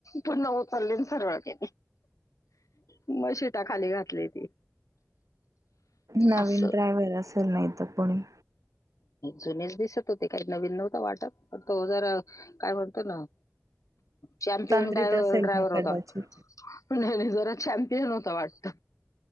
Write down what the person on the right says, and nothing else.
नवीन
ड्रायव्हर असेल नाही तर कोणी...
तंद्रीत
असेल मग
कदाचित.